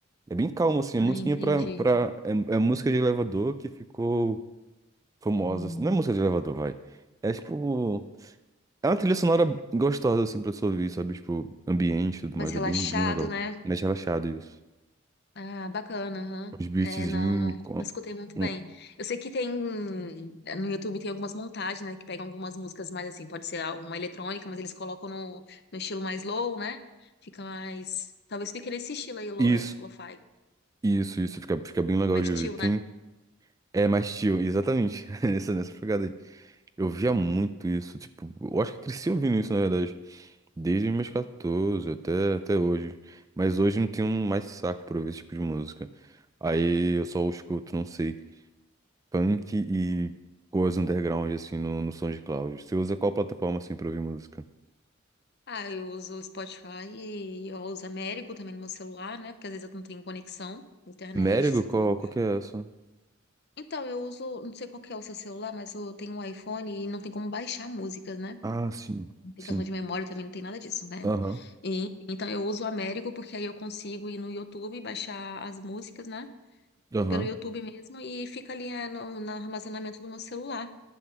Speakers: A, on the right; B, on the left.
A: É bem calmo, assim. É
B: Ah,
A: musiquinha
B: entendi.
A: pra, pra... É, é música de elevador que ficou famosa.
B: Hum,
A: assim. Não é música de elevador, vai. É, tipo... É uma trilha sonora gostosa, assim, pra você ouvir, sabe? Tipo, ambiente e tudo
B: Mais
A: mais.
B: relaxado,
A: É bem, bem legal.
B: né?
A: Mais relaxado, isso.
B: Ah, bacana, aham.
A: Os beatzinhos...
B: É, não, não,
A: com-
B: não escutei muito
A: com-
B: bem. Eu sei que tem, no YouTube tem algumas montagens, né, que pegam algumas músicas mais assim, pode ser uma eletrônica, mas eles colocam no, no estilo mais low, né? Fica mais, talvez fique nesse estilo aí, lo,
A: Isso,
B: eh, lo-fi,
A: isso, isso. Fica, fica bem legal
B: mais
A: de ouvir.
B: chill,
A: Tem...
B: né?
A: É mais chill, exatamente. <laughs> Nessa, nessa pegada aí. Eu via muito isso, tipo, eu acho que eu cresci ouvindo isso, na verdade, desde os meus 14 até, até hoje. Mas hoje não tenho mais saco pra ouvir esse tipo de música. Aí eu só escuto, não sei, punk e coisa underground, assim, no, no SoundCloud. Você usa qual plataforma, assim, pra ouvir música?
B: Ah, eu uso o Spotify e eu uso Américo também no meu celular, né? Porque às vezes eu não tenho conexão, internet,
A: Merigo?
B: se
A: Qual,
B: eu tô...
A: qual que é essa?
B: Então, eu uso, não sei qual que é o seu celular, mas eu tenho um iPhone e não tem como baixar músicas, né?
A: Ah, sim,
B: Aplicação
A: sim.
B: de memória também não tem nada disso, né?
A: Aham,
B: E, então, eu uso o Américo porque aí eu consigo ir no YouTube e baixar as músicas, né?
A: aham,
B: Pelo YouTube mesmo e fica ali é, no, no armazenamento do meu celular.